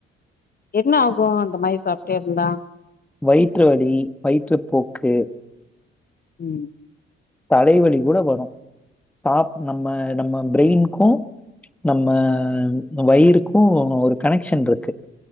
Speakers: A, on the left; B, in the centre.
A: என்ன ஆகு அந்த மாரி சாப்ட்டே இருந்தா
B: வயிற்றுவலி வயிற்றுபோக்கு
A: ம்
B: தலைவலி கூட வரு சாப் நம்ம நம்ம பிரெயின்க்கு நம்ம வயிறுக்கு ஒரு கனெக்ஷன் இருக்கு